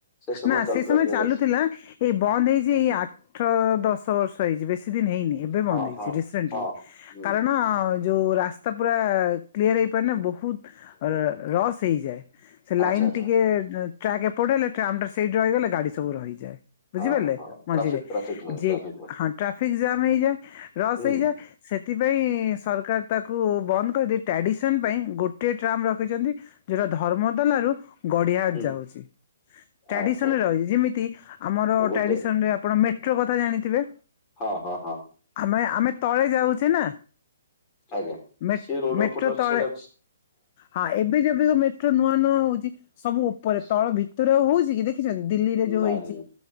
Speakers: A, on the left; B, on the left.
A: ସମୟ
B: ନା
A: ଚାଲୁଥିଲା
B: ସେ ସମୟେ
A: ଦୁଇ
B: ଚାଲୁଥିଲା
A: ହଜାର
B: ଏଇ ବନ୍ଦ ହେଇଛି ଏଇ ଆଠ ଦଶ ବର୍ଷ ହେଇଛି ବେଶୀ ଦିନ ହେଇନି। ଏବେ ବନ୍ଦ
A: ହଁ
B: ହେଇଛି
A: ହଁ
B: ରିସେଣ୍ଟଲି
A: ହଁ ହୁଁ
B: କାରଣ ଯୋଉ ରାସ୍ତା ପୁରା କ୍ଲିଅର ହେଇପାରେନା ବହୁତ ଅଁର୍ ରସ୍ ହେଇଯାଏ। ସେ
A: ଆଚ୍ଛା
B: ଲାଇନ
A: ଆଚ୍ଛା
B: ଟିକେ ଟ୍ରାକ୍ ଏପଟେ ହେଲେ ଟ୍ରାମ୍ ଟା ସେଇଠି ରହିଗଲେ ଗାଡି ସବୁ ରହିଯାଏ। ବୁଝିପାରିଲେ
A: ହଁ ହଁ ହଁ
B: ମଝିରେ
A: ଟ୍ରାଫିକ ଟ୍ରାଫିକ ମ
B: ଯେ
A: ଟ୍ରାଫିକ ମ
B: ହଁ ଟ୍ରାଫିକ ଜାମ୍ ହେଇଯାଏ ରସ୍‌
A: ହୁଁ
B: ହେଇଯାଏ। ସେଥିପାଇଁ ସରକାର ତାକୁ ବନ୍ଦ କରିଦେଇ ଟ୍ରାଡ଼ିସନ୍ ପାଇଁ ଗୋଟିଏ ଟ୍ରାମ୍ ରଖିଛନ୍ତି। ଯୋଉଟା ଧର୍ମ ତଲା ରୁ ଗଡିହାଟ
A: ହୁଁ
B: ଯାଉଛି, ଟ୍ରାଡିସନ
A: ଆଚ୍ଛା ଆଚ୍ଛା
B: ରହିଛି ଯିମିତି ଆମର
A: ଗୋଟେ
B: ଟ୍ରାଡିସନ ରେ ଆପଣ ମେଟ୍ରୋ କଥା ଜାଣିିଥିବେ?
A: ହଁ ହଁ ହଁ
B: ଆମେ ଆମେ ତଳେ ଯାଉଚେ ନା?
A: ଆଜ୍ଞା
B: ମେଟ୍
A: ସେ ରୋଡ
B: ମେଟ୍ରୋ
A: ଉପରେ ଅଛି
B: ତଳେ
A: ସେଇଟା
B: ହଁ ଏବେ ଯେବେ ମେ ଟ୍ରୋ ନୂଆ ନୂଆ ହଉଛି ସବୁ ଉପରେ
A: ସ-
B: ତଳ ଭିତରେ ଆଉ ହଉଛି କି? ଦେଖିଛନ୍ତି ଦିଲ୍ଲୀରେ ଯୋଉ
A: ନାଇଁ
B: ହେଇଛି।
A: ନାଇଁ ନାଇଁ